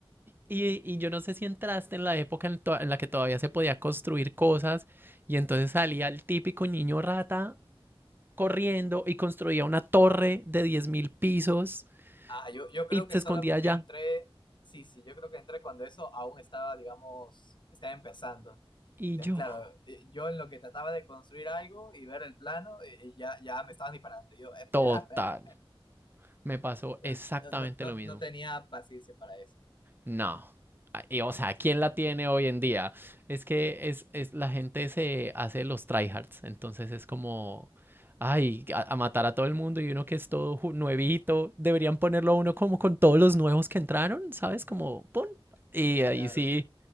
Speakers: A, on the right (about 20°); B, on the left (about 50°).
A: Y, y yo no sé si entraste en la época en, to- en la que todavía se podía construir cosas y entonces salía el típico niño rata corriendo y construía una torre de 10.000 pisos
B: Ah, yo, yo creo
A: y
B: que
A: se escondía
B: solo
A: allá.
B: que entré, sí, sí, yo creo que entré cuando eso aún estaba, digamos, estaba empezando.
A: Y
B: Entonces,
A: yo,
B: claro, eh, yo en lo que trataba de construir algo y ver el plano, eh, ya, ya me estaban disparando. Yo, espera,
A: total,
B: espera. espera.
A: me pasó
B: Entonces,
A: exactamente
B: no, no, no,
A: lo mismo.
B: no tenía paciencia para eso.
A: No. Ah, y, o sea, ¿quién la tiene hoy en día? Es que es, es- la gente se hace los tryhards, entonces es como, ay, a, a matar a todo el mundo y uno que es todo ju- nuevito, deberían ponerlo a uno como con todos los nuevos que entraron, ¿sabes? Como, pon. Y ahí
B: Claro,
A: sí,